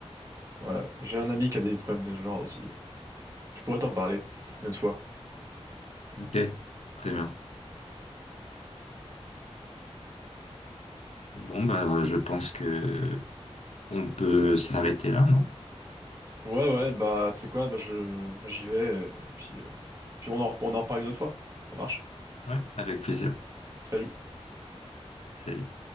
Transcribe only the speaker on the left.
Ok, très bien. Bon, bah, je pense que on peut s'arrêter là, non?
Ouais, avec plaisir.
Salut.